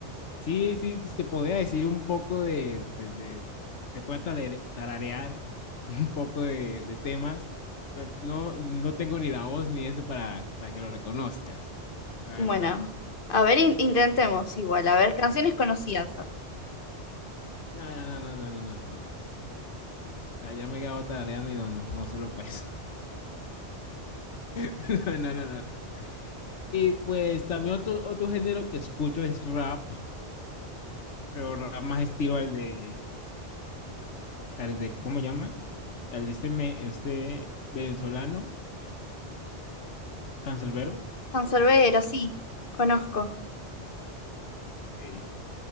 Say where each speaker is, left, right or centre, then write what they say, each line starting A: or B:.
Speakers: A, on the left; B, on the left.
A: Sí, sí, sí, te podría decir un poco de, pues de, te puedo tare- tararear <laughs> un poco de, de temas, pero no, no tengo ni la voz ni eso para, para que lo reconozcas, la
B: Bueno,
A: verdad.
B: a ver, in- intentemos igual, a ver, canciones conocidas.
A: No, no, no, no, no, no, no, no, no. O sea, ya me he quedado tarareando y no, no, no sirvo para eso. <laughs> No, no, no, no. Y pues también otro, otro género que escucho es rap, pero rap más estilo al de, al de, ¿cómo llama? Al de este, me- este venezolano, Canserbero.
B: Canserbero, sí, conozco.
A: Sí.